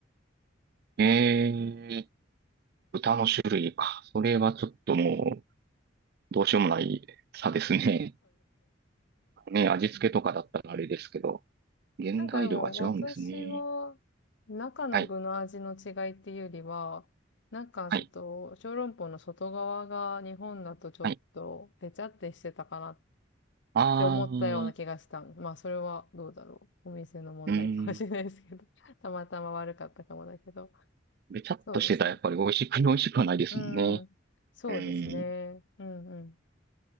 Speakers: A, on the right; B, on the left.
A: ええ豚の種類か。それはちょっともう、どうしようもない差ですね。<laughs> ね、味付けとかだったらあれですけど、原材料が違うんですね。
B: なんかでも私は中の具の味の違いっていうよりは、
A: はい、
B: 中と小籠包の外側が日本だとちょっとペチャってしてたかなっ
A: はい、はい。あー、
B: て思ったような気がした。まあそれはどうだろう。お店の問題かもしれないですけど。
A: うーん。
B: <laughs> たまたま悪かったかもだけど。
A: べちゃっとしてたらやっぱり美味しく、
B: そうですね。
A: 美味しくはないですもんね。
B: うん。そうですね。
A: うん。
B: うんうん。